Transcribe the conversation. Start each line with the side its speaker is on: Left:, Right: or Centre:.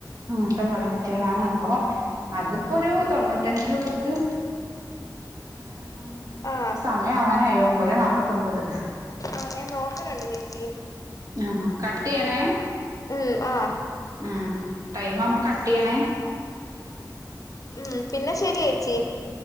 Right: അങ്ങനത്തെ പ്രൊഡക്റ്റുകളാണ് അപ്പൊ അത് ഒരു തൊണ്ണൂറ്റഞ്ച് രൂപക്ക് ആഹ് നമ്മടെ
Left: ആ
Right: സമയം അവനായി ഒമ്പത് നാല്പാത്തി ഒമ്പത്
Left: ആഹ് ഞാൻ നോക്കണുണ്ട് ചേച്ചി.
Right: ആഹ് ആഹ് കട്ടിയ്യണേ.
Left: ഉം ആഹ്
Right: ഉം ടൈം ആവുമ്പോ കട്ട്‌ ചെയ്യണേ.
Left: ഉം പിന്നെ ശെരി ചേച്ചി